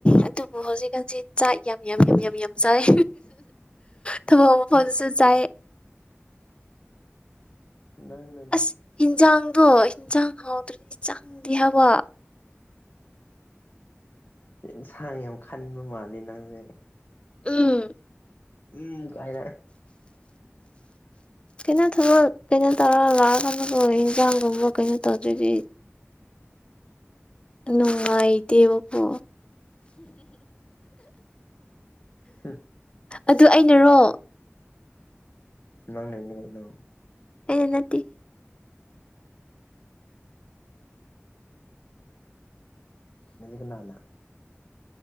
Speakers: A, on the left; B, on the left.
A: ꯑꯗꯨꯕꯨ ꯍꯧꯖꯤꯛꯀꯥꯟꯁꯤ ꯆꯥꯛ ꯌꯥꯝ ꯌꯥꯝ ꯌꯥꯝ ꯌꯥꯝ ꯌꯥꯝ ꯆꯥꯏ ꯊꯕꯛ ꯃꯐꯝꯗꯁꯨ
B: ꯏꯁ
A: ꯆꯥꯏ
B: ꯅꯪꯅ
A: ꯑꯁ ꯍꯟꯖꯥꯡꯗꯣ ꯍꯟꯖꯥꯡ ꯍꯥꯎꯗ꯭ꯔꯗꯤ ꯆꯪꯗꯦ ꯍꯥꯏꯕ
B: ꯏꯟꯁꯥꯡ ꯌꯥꯝ ꯈꯟꯕ ꯃꯥꯜꯂ‌ꯦ ꯅꯪꯁꯦ
A: ꯎꯝ
B: ꯎꯝ ꯀꯥꯏꯅ
A: ꯀꯩꯅꯣ ꯊꯕꯛ ꯀꯩꯅꯣ ꯇꯧꯔ ꯂꯥꯛꯑꯀꯥꯟꯗꯁꯨ ꯌꯦꯟꯖꯥꯡꯒꯨꯝꯕ ꯀꯩꯅꯣ ꯇꯧꯗ꯭ꯔꯗꯤ ꯅꯨꯡꯉꯥꯏꯇꯦꯕꯀꯣ
B: ꯍꯝ
A: ꯑꯗꯨ ꯑꯩꯅꯔꯣ
B: ꯅꯪ ꯂꯩꯅꯤ ꯀꯩꯅ‌ꯣ
A: ꯑꯩꯅ ꯅꯠꯇ‌ꯦ
B: ꯅꯗꯤ ꯀꯅꯥꯅ